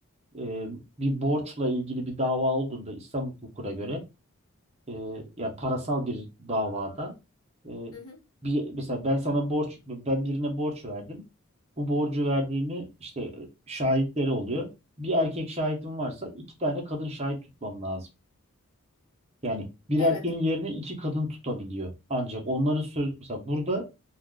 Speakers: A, on the right; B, on the left.
A: e, bir borçla ilgili bir dava olduğunda İslam hukukuna göre e, ya parasal bir davada e,
B: Hı hı.
A: bir mesela ben sana borç ben birine borç verdim. Bu borcu verdiğimi işte e, şahitleri oluyor. Bir erkek şahidim varsa iki tane kadın şahit tutmam lazım. Yani bir
B: Evet.
A: erkeğin yerine iki kadın tutabiliyor. Ancak onların söz mesela burada